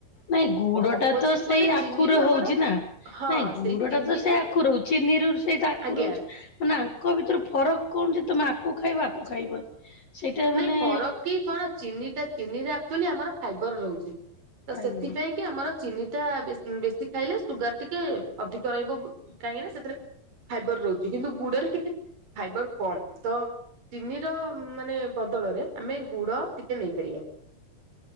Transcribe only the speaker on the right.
ଅପୋଜିଟ
ଗୋଟେ ଚିନିରୁ
ଆମର
ହଁ
ସେଇ ଚିନି
ଆଜ୍ଞା।
ନାଇଁ
ଫରକ୍ କି କଣ ଚିନି ଟା ଚିନିରେ ଆକ୍ଚୁଆଲି ଆମର ଫାଇବର୍ ରହୁଛି ତ ସେଥିପାଇଁ
କି ଆମର ଚିନିଟା ବେ ବେଶୀ ଖାଇଲେ ସୁଗାର ଟିକେ ଅଧିକ ରହିବ କାହିଁକି ନା ସେଥିରେ ଫାଇବର ରହୁଛି କିନ୍ତୁ ଗୁଡରେ ଟିକେ ଫାଇବର କମ୍ ତ ଚିନି ର ମାନେ ବଦଳରେ ଆମେ ଗୁଡ଼ ଟିକେ ନେଇପାରିବା